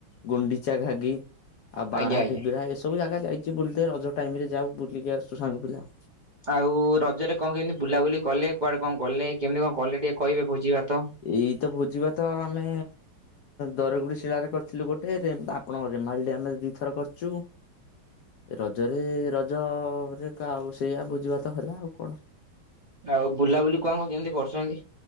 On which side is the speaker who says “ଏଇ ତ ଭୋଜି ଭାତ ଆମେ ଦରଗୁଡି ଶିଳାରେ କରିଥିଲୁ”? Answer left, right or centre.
Left